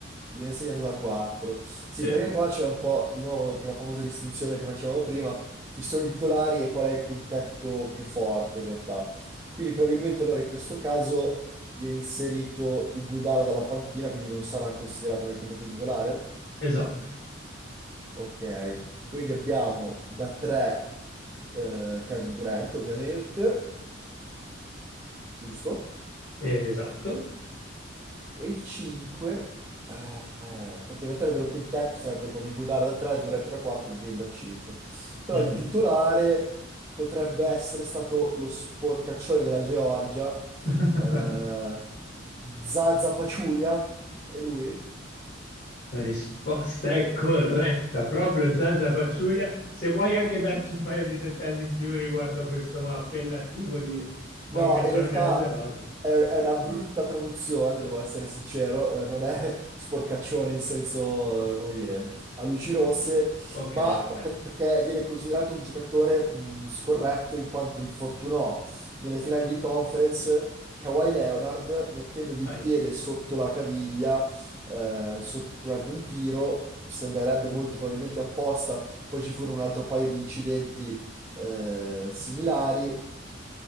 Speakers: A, on the right; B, on the left.
A: viene segnato da 4. Sì,
B: sì,
A: perché qua c'è un po' di nuovo quella famosa distinzione che facevamo prima, chi sono i titolari e qual è il quintetto più forte in realtà. Quindi probabilmente allora in questo caso viene inserito Iguodala dalla panchina, quindi non sarà considerato nel quintetto titolare.
B: esatto,
A: Ok, quindi abbiamo da 3 Kevin Durant ovviamente, giusto?
B: esatto.
A: E il 5, eh, eh, perché in realtà il vero quintetto sarebbe con Iguodala da 3, Durant da 4 e Green da 5. Però
B: Mhm.
A: il titolare potrebbe essere stato lo sporcaccione della Georgia,
B: <laughs>
A: eh, Zaza Pachulia, è lui?
B: La risposta è corretta, proprio Zazza Paciuglia. Se vuoi anche darci un paio di dettagli in più riguardo a questo appellativo di sporcaccione
A: No, in realtà
B: della Georgia.
A: è, è una brutta traduzione, devo essere sincero, eh, non è <laughs> sporcaccione in senso, eh, come dire, a luci rosse,
B: Ok,
A: ma
B: ok.
A: perché viene considerato un giocatore mh, scorretto in quanto infortunò nelle finali di conference Kawhi Leonard mettendogli
B: Ah,
A: il
B: eh.
A: piede sotto la caviglia eh, sotto- durante un tiro, sembrerebbe molto probabilmente apposta, poi ci furono un altro paio di incidenti eh, similari